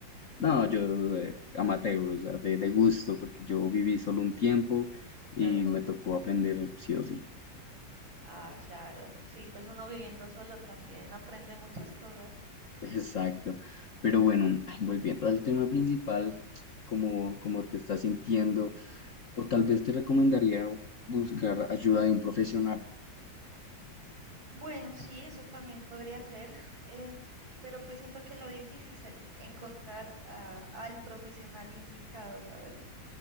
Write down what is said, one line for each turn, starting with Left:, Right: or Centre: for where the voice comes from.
Left: No, yo eh, amateur, o sea, de, de gusto, porque yo viví solo un tiempo y
Right: Claro.
Left: me tocó aprender sí o sí.
Right: Ah, claro. Sí, pues uno viviendo solo también aprende muchas cosas.
Left: Exacto. Pero bueno, ay, volviendo al tema principal, como, como te estás sintiendo, o tal vez te recomendaría buscar ayuda de un profesional.
Right: Bueno, sí, eso también podría ser, eh, pero pues siento que lo difícil es el encontrar a- al profesional indicado, ¿sabes?